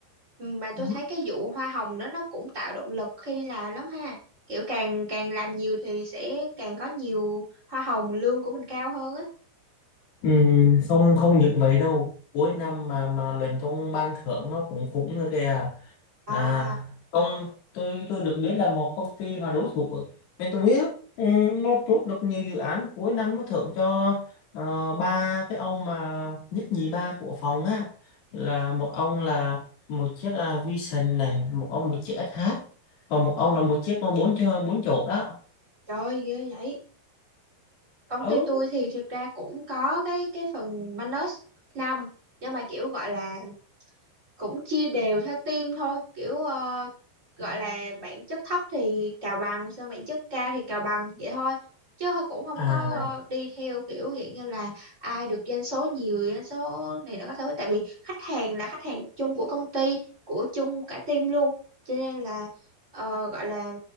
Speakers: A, on the right (about 20°); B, on the left (about 75°).
A: Ừ, mà tôi
B: ừ,
A: thấy cái vụ hoa hồng đó nó cũng tạo động lực khi đi làm lắm ha kiểu càng càng làm nhiều thì sẽ càng có nhiều hoa hồng lương của mình cao hơn á
B: ừ, không không những mấy đâu cuối năm mà mà luận công ban thưởng nó cũng cũng nữa kìa
A: à
B: à công tôi tôi được biết là một công ty mà đối thủ của bên tôi biết ừ, nó chốt được nhiều dự án cuối năm nó thưởng cho ờ, ba cái ông mà nhất nhì ba của phòng á là một ông là một chiếc uh, Vision này một ông một chiếc SH còn một ông là một chiếc con bốn cho bốn chỗ đó
A: trời ơi, ghê vậy công
B: ừ
A: ty tôi thì thực ra cũng có cái cái phần bonus năm nhưng mà kiểu gọi là cũng chia đều theo team thôi kiểu ờ, gọi là bản chất thấp thì cào bằng xong bản chất cao thì cào bằng vậy thôi chứ thôi cũng không
B: à
A: có
B: vậy
A: ờ, đi theo kiểu vậy như là ai được doanh số nhiều doanh số này nó có thứ tại vì khách hàng là khách hàng chung của công ty của chung cả team luôn cho nên là ờ, gọi là